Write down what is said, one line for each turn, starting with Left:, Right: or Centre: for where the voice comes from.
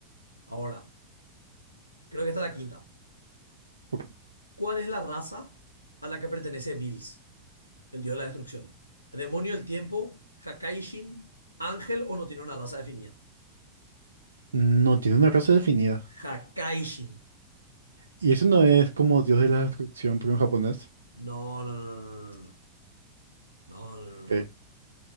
Left: Ahora. Creo que esta es la quinta.
Right: Ok.
Left: ¿Cuál es la raza a la que pertenece Bills, el dios de la destrucción? ¿Demonio del tiempo? ¿Hakaishin? ¿Ángel o no tiene una raza definida?
Right: No tiene una raza definida.
Left: Hakaishin.
Right: Y eso no es como Dios de la Destrucción, pero en japonés.
Left: No, no, no, no, no, no, no, no,
Right: Ok,
Left: no, no.